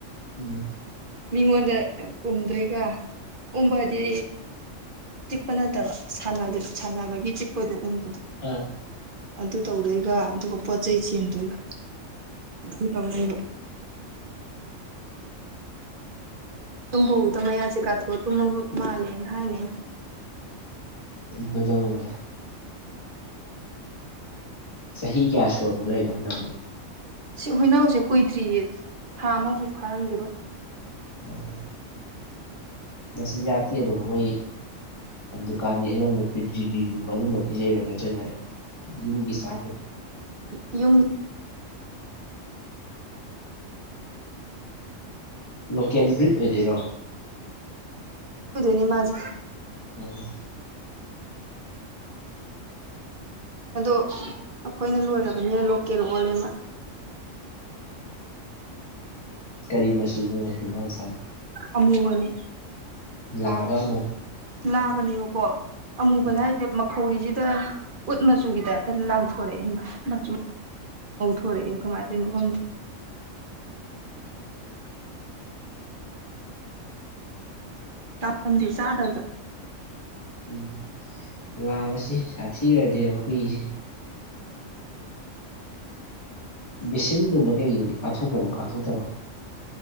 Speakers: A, on the left; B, on the right.
A: ꯎꯝ
B: ꯃꯤꯉꯣꯟꯗ ꯎꯨꯝꯗꯣꯏꯒ ꯎꯕꯗꯤ ꯆꯤꯛꯄ ꯅꯠꯇꯕ ꯁꯥꯟꯅꯕꯒꯤ ꯆꯤꯛꯄꯗꯣ ꯎꯕꯗꯣ
A: ꯎꯝ
B: ꯑꯗꯨ ꯇꯧꯗꯣꯏꯒ ꯑꯗꯨꯒ ꯄꯣꯠ ꯆꯩꯩ ꯆꯦꯟꯗꯣꯏꯒ ꯑꯗꯨ ꯇꯧꯗꯣꯏꯕ ꯇꯨꯝꯕꯗ ꯃꯌꯥꯁꯦ ꯀꯥꯊꯣꯛꯑ ꯇꯨꯝꯅꯕ ꯃꯥꯜꯂꯦꯅ ꯍꯥꯏꯅꯦ
A: ꯃꯖꯥ ꯑꯃ ꯃ ꯆꯍꯤ ꯀꯌꯥ ꯁꯨ ꯑꯃꯨꯛ ꯂꯩꯕ ꯑꯩꯈꯣꯏꯅ ꯍꯧꯖꯤꯛ
B: ꯁꯤ ꯍꯨꯏꯅꯥꯎꯁꯦ ꯀꯨꯏꯗ꯭ꯔꯤꯌꯦ ꯊꯥ ꯑꯃꯐꯥꯎ ꯐꯥꯔꯝꯒꯦꯔꯣ
A: ꯑꯣ ꯃꯆꯤꯟꯖꯥꯛꯇꯤ ꯑꯗꯨꯝ ꯃꯣꯏ ꯗꯨꯀꯥꯟꯒꯤ ꯑꯩꯉꯣꯟꯗ ꯄꯤ꯭ꯔꯤꯒꯤꯔꯤꯒꯨꯝꯕ ꯑꯗꯨꯝꯕ ꯄꯤꯖꯩꯔꯣ ꯅꯠꯇ꯭ꯔꯒꯅ ꯌꯒꯤ ꯁꯥꯈꯤꯦ
B: ꯌꯨꯝ
A: ꯂꯣꯀꯦꯜ ꯕ꯭ꯔꯤꯠ ꯑꯣꯏꯗꯣꯏꯔꯣ
B: ꯀꯣꯏꯗꯣꯏꯅꯤ ꯃꯥꯖꯤꯦ
A: ꯑꯣꯝ
B: ꯑꯗꯣ ꯑꯩꯈꯣꯏꯅ ꯂꯣꯏꯔꯕꯅꯤꯅ ꯂꯣꯀꯦꯜ ꯑꯣꯜꯂꯦꯃ
A: ꯀꯔꯤ ꯃꯆꯨꯅꯣꯅꯅꯖꯥꯅ
B: ꯑꯃꯨꯒꯅꯦ
A: ꯂꯥꯗ ꯑꯃꯣ
B: ꯂꯥꯕꯅꯦꯕꯀꯣ ꯑꯃꯨꯕꯅ
A: ꯎꯝ
B: ꯃꯈꯧꯔꯤꯁꯤꯗ ꯎꯠ ꯃꯆꯨꯒꯤ ꯇꯥꯏꯞꯇ ꯂꯥꯡꯊꯣꯔꯛꯑꯦ ꯃꯆꯨ ꯃꯧꯊꯣꯣꯔꯦ ꯃꯥꯦ ꯂꯥꯄꯗ ꯆꯥꯗꯕꯗ
A: ꯎꯝ ꯂꯥꯛꯕꯁꯤ ꯁꯥꯊꯤꯈ꯭ꯔꯗꯤꯦꯕ ꯍꯨꯏꯁꯤ ꯕꯦꯁꯤꯟꯒꯨꯝꯕ ꯀꯩꯒꯨꯝꯕꯗꯤ ꯀꯥꯊꯣꯛꯈ꯭ꯔꯕꯥ ꯀꯥꯞꯣꯛꯇꯕꯣ